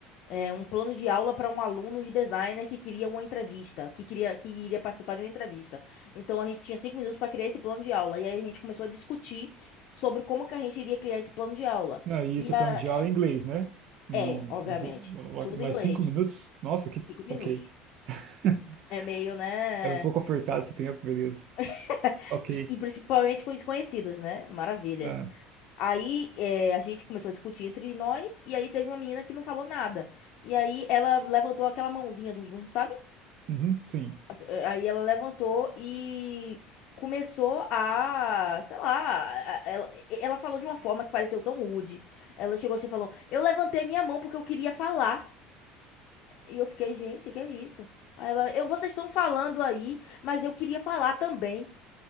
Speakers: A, on the left; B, on the right.
A: É, um plano de aula para um aluno de designer que queria uma entrevista, que queria que iria participar de uma entrevista. Então a gente tinha cinco minutos para criar esse plano de aula. E aí a gente começou a discutir sobre como que a gente iria criar esse plano de aula.
B: Não, e
A: E
B: esse plano
A: a,
B: de aula é inglês, né? Não,
A: é, obviamente. Tudo
B: mais
A: em inglês.
B: cinco minutos? Nossa, que.
A: Cinco minutos.
B: Ok. <laughs>
A: É meio, né?
B: É um pouco apertado esse tempo, beleza.
A: <laughs>
B: Ok.
A: E, e principalmente com desconhecidos, né? Maravilha.
B: Ah,
A: Aí é, a gente começou a discutir entre nós, e aí teve uma menina que não falou nada. E aí ela levantou aquela mãozinha do Zoom, sabe?
B: uhum, sim.
A: É, Aí ela levantou e começou a, sei lá, a- a- ela, ela falou de uma forma que pareceu tão rude. Ela chegou assim e falou: Eu levantei minha mão porque eu queria falar. E eu fiquei, gente, que é isso? Aí ela, eu, vocês estão falando aí, mas eu queria falar também.